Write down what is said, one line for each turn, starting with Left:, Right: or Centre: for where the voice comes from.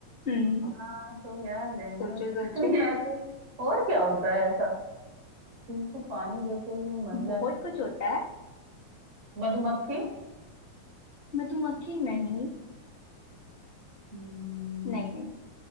Left: हम्म
Right: हाँ तो यार जनरल
Left: सोचो
Right: बता
Left: सोचो
Right: दिया है तो और क्या होता है ऐसा उसको पानी देते ही वो मर जाती
Left: बहुत कुछ होता है
Right: मधुमक्खी
Left: मधुमक्खी नहीं नहीं
Right: हम्म,
Left: नहीं